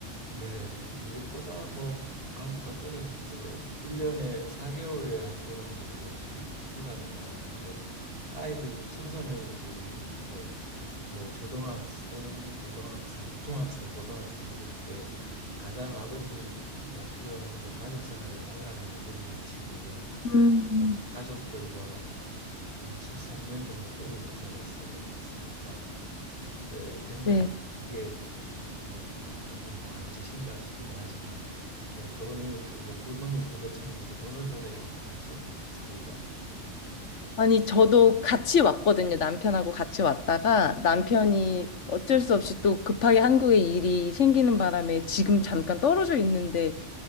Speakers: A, on the right; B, on the left.
A: 네, 무엇보다 뭐 가족과 떨어져서 1년에 4개월에 한 보름 정도씩 휴가는 나오는데 아이들이 청소년기 뭐 뭐 초등학생, 고등학생, 중학생, 고등학생 이럴 때 가장 아버지가 필요하고 가족 생활의 단란함을 누리는 시기를
B: 음.
A: 저는 가족들과 한 13년 정도 떨어져 살았어야 했으니까 예, 굉장히
B: 네.
A: 그게 뭐, 뭐, 아, 이게 뭐 하는 짓인가 싶기도 하지만 뭐 돈이 또 목구멍이 포도청이니까 돈을 벌어야 하니까 할 수 없습니다.
B: 아니, 저도 같이 왔거든요. 남편하고 같이 왔다가 남편이 어쩔 수 없이 또 급하게 한국에 일이 생기는 바람에 지금 잠깐 떨어져 있는데